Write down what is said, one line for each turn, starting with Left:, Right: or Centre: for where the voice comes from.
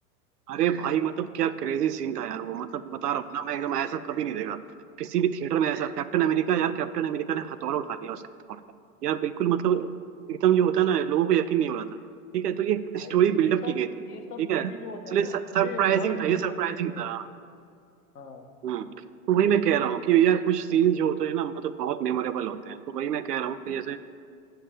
Right: अरे
Left: हाँ
Right: भाई मतलब क्या क्रेजी सीन था यार वो मतलब बता रहा हूँ ना मैं एकदम ऐसा कभी नहीं देखा किसी भी थिएटर में ऐसा कैप्टन अमेरिका यार कैप्टन अमेरिका ने हथौड़ा उठा लिया उसके हथौड़े का यार बिल्कुल मतलब एकदम जो होता है ना लोगों को यकीन नहीं हो रहा था ठीक है तो ये
Left: भाई
Right: स्टोरी बिल्डअप
Left: ये सब
Right: की गई थी ठीक
Left: ये सब मूवी
Right: है इसलिए
Left: जो होते हैं ना
Right: सरप्राइजिंग
Left: पूरे वर्ल्ड
Right: था
Left: के
Right: ये
Left: लोग
Right: सरप्राइजिंग
Left: देखते
Right: था
Left: हैं हाँ
Right: हम्म तो वही मैं कह रहा हूँ कि यार कुछ सीन जो होते हैं ना मतलब बहुत मेमोरेबल होते हैं तो वही मैं कह रहा हूँ कि जैसे